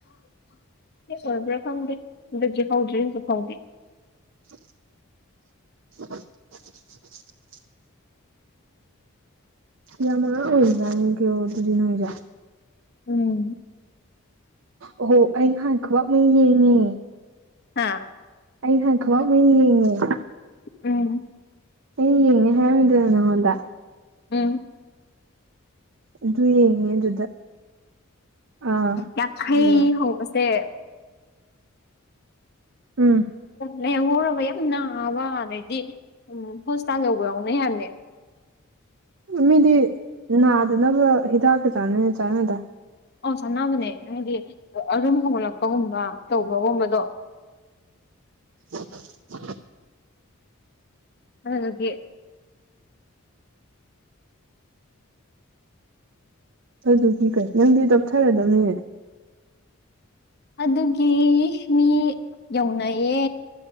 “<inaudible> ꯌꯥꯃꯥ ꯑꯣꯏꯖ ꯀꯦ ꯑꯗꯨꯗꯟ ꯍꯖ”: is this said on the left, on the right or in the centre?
Right